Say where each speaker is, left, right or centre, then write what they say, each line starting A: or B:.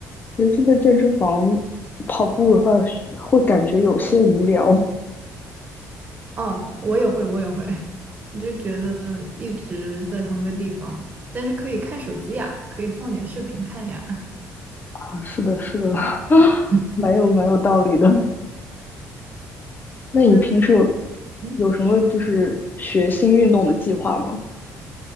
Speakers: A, on the left; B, on the right.
A: 尤其在健身房跑步的话，会感觉有些无聊
B: 哦，我也会，我也会。你就觉得一直在同一个地方，但是可以看手机呀，可以放点视频看呀。<laughs>
A: 啊。是的，是的，<laughs>
B: 嗯
A: 蛮有蛮有道理的。那你平时有
B: 那但嗯，
A: 有什么就是学新运动的计划吗？
B: 说。